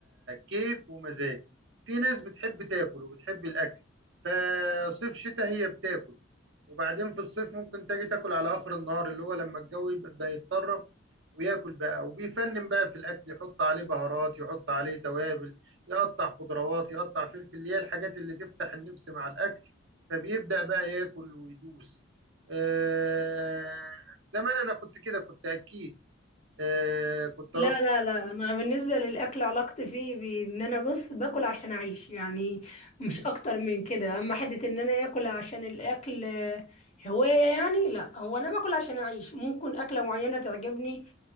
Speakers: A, on the right; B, on the left.
A: كيف ومزاج في ناس بتحب تاكل وبتحب الأكل فصيف شتاء هي بتاكل وبعدين في الصيف ممكن تجي تاكل على آخر النهار اللي هو لما الجو يبدأ يتطرب وياكل بقى وبيفنن بقى في الأكل يحط عليه بهارات يحط عليه توابل يقطع خضروات يقطع فلفل اللي هي الحاجات اللي تفتح النفس مع الأكل فبيبدأ بقى ياكل ويدوس آه زمان انا كنت كده كنت اكيد آه كنت
B: لا
A: اروح
B: لا لا انا بالنسبة للاكل علاقتي فيه ب- ان انا بص باكل عشان اعيش يعني مش اكتر من كده اما حتة ان انا اكل عشان الاكل آه، هواية يعني لا هو انا باكل عشان اعيش ممكن اكلة معينة تعجبني